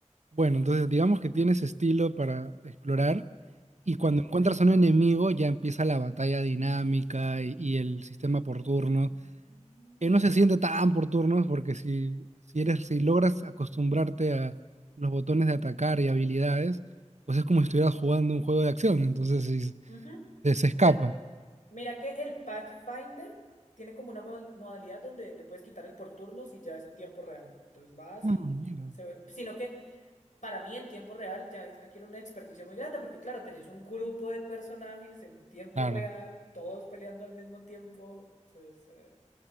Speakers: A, on the right; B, on the left.
A: bueno, entonces digamos que tienes estilo para explorar y cuando
B: Ok.
A: encuentras a un enemigo ya empieza la batalla dinámica y, y el sistema por turnos,
B: Ujú.
A: que no se siente tan por turnos porque si, si eres, si logras acostumbrarte a los botones de atacar y habilidades, pues es como si estuvieras jugando un juego de acción, entonces sí,
B: Ujú.
A: se, se escapa.
B: Pues mira que el Pathfinder tiene como una mod- modalidad donde le puedes quitar el por turnos y ya es en tiempo real. Entonces vas
A: Ah,
B: y
A: mira.
B: se ve. Sino que para mí en tiempo real ya requiere una experticia muy grande porque claro, tenés un grupo de personajes en tiempo
A: Claro.
B: real, todos peleando al mismo tiempo. Entonces, eh,